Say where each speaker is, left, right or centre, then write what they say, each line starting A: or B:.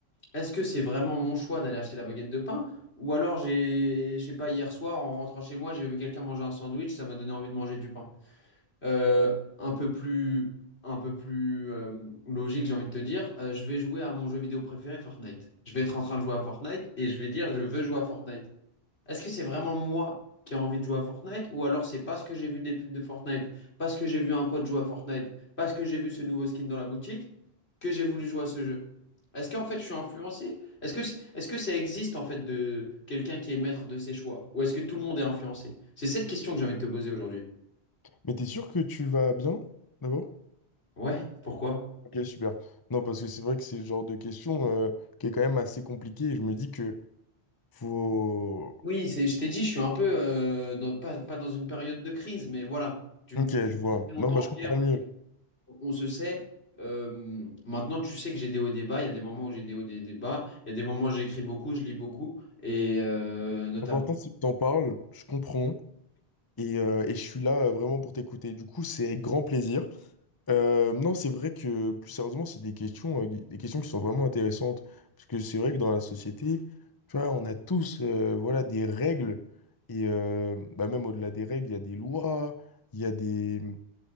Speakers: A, on the left; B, on the left.
A: Est-ce que c'est vraiment mon choix d'aller acheter la baguette de pain? Ou alors j'ai, je sais pas, hier soir, en rentrant chez moi, j'ai vu quelqu'un manger un sandwich, ça m'a donné envie de manger du pain. Euh, un peu plus, un peu plus euh, logique, j'ai envie de te dire, euh, je vais jouer à mon jeu vidéo préféré, Fortnite. Je vais être en train de jouer à Fortnite et je vais dire, je veux jouer à Fortnite. Est-ce que c'est vraiment moi qui ai envie de jouer à Fortnite ou alors c'est parce que j'ai vu des pubs de Fortnite, parce que j'ai vu un pote jouer à Fortnite, parce que j'ai vu ce nouveau skin dans la boutique que j'ai voulu jouer à ce jeu? Est-ce qu'en fait je suis influencé? Est-ce que, est-ce que ça existe en fait de quelqu'un qui est maître de ses choix ou est-ce que tout le monde est influencé? C'est cette question que j'ai envie de te poser aujourd'hui.
B: Mais t'es sûr que tu vas bien, d'abord?
A: Ouais, pourquoi?
B: Ok, super. Non, parce que c'est vrai que c'est le genre de question euh, qui est quand même assez compliquée et je me dis que faut...
A: Oui, c'est, je t'ai dit, je suis un peu euh, dans- pas, pas dans une période de crise, mais voilà. Tu m-
B: Ok, je vois.
A: depuis longtemps,
B: Non, bah je comprends
A: Pierre.
B: mieux.
A: on se sait. euh, maintenant, tu sais que j'ai des hauts et des bas. Il y a des moments où j'ai des hauts et des des bas. Il y a des moments où j'écris beaucoup, je lis beaucoup. Et euh, notamment.
B: L'important, c'est que t'en parles, je comprends et, euh, et je suis là euh, vraiment pour t'écouter. Du coup, c'est avec grand plaisir. Euh, non, c'est vrai que plus sérieusement, c'est des questions, euh, des questions qui sont vraiment intéressantes. Parce que c'est vrai que dans la société, tu vois, on a tous euh, voilà, des règles. Et euh, bah, même au-delà des règles, il y a des lois, il y a des, il